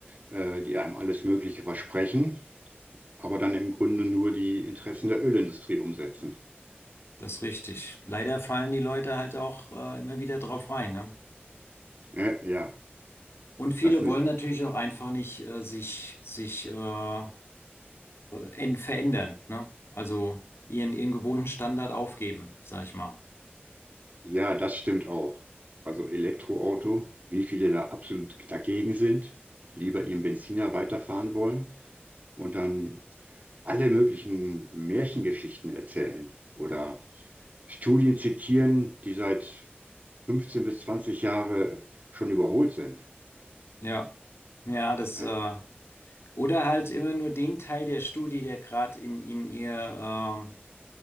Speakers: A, on the right; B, on the left.
A: äh, die einem alles Mögliche versprechen, aber dann im Grunde nur die Interessen der Ölindustrie umsetzen.
B: Das ist richtig. Leider fallen die Leute halt auch äh, immer wieder drauf rein, ne?
A: Ja, ja,
B: Und viele
A: das nicht,
B: wollen natürlich auch einfach nicht äh, sich, sich äh, äh, en- verändern, ne? Also ihren, ihren gewohnten Standard aufgeben, sag ich mal.
A: ja, das stimmt auch. Also Elektroauto, wie viele da absolut dagegen sind, lieber ihren Benziner weiterfahren wollen und dann alle möglichen Märchengeschichten erzählen oder Studien zitieren, die seit 15 bis 20 Jahre schon überholt sind.
B: Ja, ja, das,
A: Ein-
B: äh, oder halt immer nur den Teil der Studie, der gerade in, in ihr, ähm,